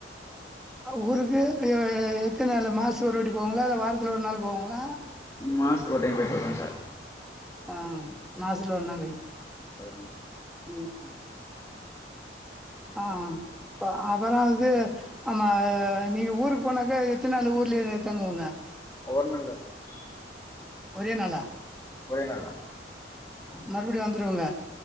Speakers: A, in the centre; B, on the left.
A: ஊருக்கு எத்தன மாசு ஒருவாட்டி போவாங்களா இல்ல வாரத்துல ஒரு நாள் போவாங்களா
B: மாசத்துக்கு ஒரு டைம் போய்ட்டு வருவேன் சார்
A: ஆஹ் மாசதுல ஒரு நாளைக்கு
B: ஹலோ <unintelligible>
A: உம் ஆஹ் அ அப்பறம் வந்து நம்ம நீங்க ஊருக்கு போனாக்கா எத்தனாலு ஊர்ல த்தங்குவங்க
B: ஒரு நாள்தா சார்
A: ஒரே நாளா
B: ஒரே நாள் தான்
A: மறுபடியும் வந்துருவங்க